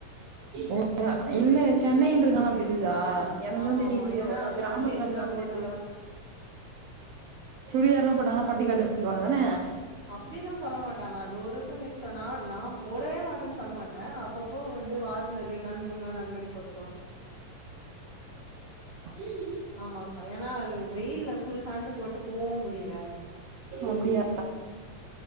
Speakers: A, on the right; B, on the right.
A: ஓ இல்ல இது சென்னை றதுனால இருக்குதா என்னதா
B: ஆமா
A: தெரியலயோ
B: ஆமா ஏன்னா
A: நா
B: அங்க
A: கிராமத்துல
B: வந்து இப்டிலா
A: இருந்தநால
B: போட்டாங்கன்னா
A: தெரியலையோ சுடிதாரல்லா போட்டாங்கனா பட்டிக்காடு லோதான
B: அப்பிடிலா சொல்ல மாட்டாங்க அது ஒருத்தங்க இஷ் ஸ் நா நா போடவே மாட்டேன் சொல்ல மாட்டே அப்பப்போ வந்து வாரத்துல ரெண் நாள் மூணு நாள் அந்த மாரி போட்டுப்போ
A: இல்
B: ஆமாக்கா ஏன்னா அது வெயில்ல ஃபுல் ஹேண்ட் போட்டு போவு முடியல
A: அப்பிடியா